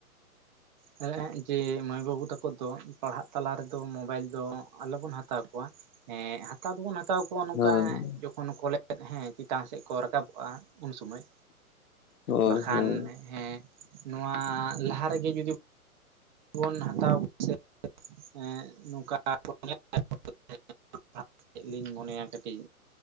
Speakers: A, on the right; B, on the left.
A: ᱦᱮᱸ ᱡᱮ ᱢᱟᱹᱭ ᱵᱟᱹᱵᱩ ᱛᱟᱠᱚ ᱫᱚ ᱯᱟᱲᱦᱟᱜ ᱛᱟᱞᱟ ᱨᱮᱫᱚ ᱢᱳᱵᱟᱭᱤᱞ ᱫᱚ ᱟᱞᱚᱵᱚᱱ ᱦᱟᱛᱟᱣ ᱠᱚᱣᱟ ᱮᱸ ᱦᱟᱛᱟᱣ ᱫᱚᱵᱚᱱ ᱦᱟᱛᱟᱣ ᱠᱚᱣᱟ ᱱᱚᱝᱠᱟ
B: ᱦᱳᱭ
A: ᱡᱚᱠ ᱠᱷᱚᱱ <unintelligible> ᱠᱚᱞᱮᱫ <unintelligible> ᱦᱮᱸ ᱪᱮᱛᱟᱱ ᱥᱮᱫ ᱠᱚ ᱨᱟᱠᱟᱵᱚᱜᱼᱟ ᱩᱱ ᱥᱳᱢᱚᱭ
B: ᱦᱳᱭ
A: ᱵᱟᱠᱷᱟᱱ
B: ᱦᱳᱭ
A: ᱦᱮᱸ ᱱᱚᱣᱟ ᱞᱟᱦᱟ ᱨᱮᱜᱮ ᱡᱩᱫᱤ ᱵᱚᱱ ᱦᱟᱛᱟᱣ ᱠᱚ ᱥᱮ ᱮᱸ ᱱᱚᱝᱠᱟ ᱵᱚᱱ ᱧᱮᱞ <unintelligible> <unintelligible> ᱠᱟᱛᱮ ᱞᱤᱧ ᱢᱚᱱᱮᱭᱟ ᱠᱟᱹᱴᱤᱡ